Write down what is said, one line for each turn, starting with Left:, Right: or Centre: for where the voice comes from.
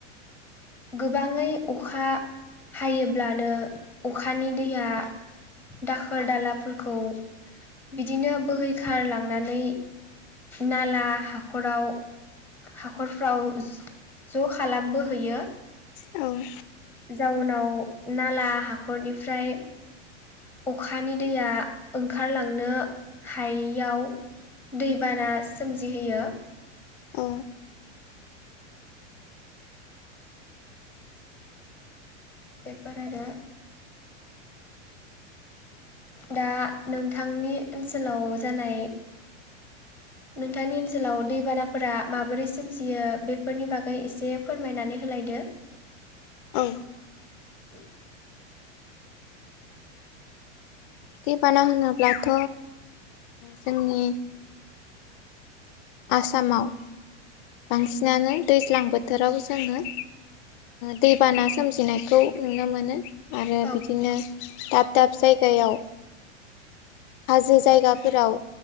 Centre: गोबाङै अखा हायोब्लानो अखानि दैया दाखोर दालाफोरखौ बिदिनो बोहैखारलांनानै नाला हाखराव हाखरफ्राव ज' खालामबोहयो
Left: औ
Centre: जाउनाव नाला हाखरनिफ्राय अखानि दैया ओंखारलांनो हायियाव दैबाना सोमजिहोयो
Left: औ
Centre: बेेफोरार दा नोंथांनि ओनसोलाव जानाय नोंथांनि ओनसोलाव दैबानाफोरा माबोरै सोमजियो बेफोरनि बागै एसे फोरमायनानै होलायदो
Left: औ
Centre: औ
Left: दै बाना होनोब्लाथ' जोंनि आसामाव बांसिनानो दैज्लां बोथोर बोथोराव जोङो दैबाना सोमजिनायखौ नुनो मोनो आरो
Centre: औ
Left: बिदिनो दाब दाब जायगायाव हाजो जायगाफोराव